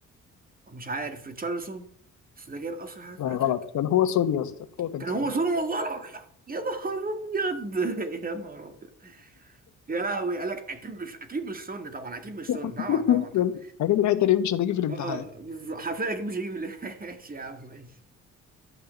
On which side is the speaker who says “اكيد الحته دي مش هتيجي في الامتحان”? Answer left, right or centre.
Left